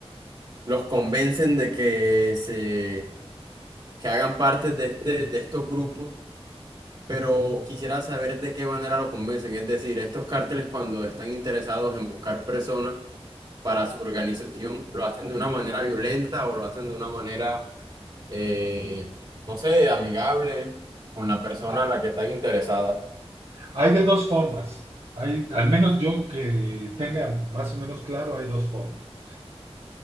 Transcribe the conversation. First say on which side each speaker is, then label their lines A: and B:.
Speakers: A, on the right; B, on the right.
A: los convencen de que se que hagan parte de este de estos grupos, pero quisiera saber de qué manera lo convencen, es decir, estos cárteles cuando están interesados en buscar personas para su organización, lo hacen de una manera violenta o lo hacen de una manera eh, no sé, amigable con la persona
B: Ah,
A: a la que están interesadas.
B: Hay de dos formas. Hay, al menos yo que tenga más o menos claro, hay dos formas.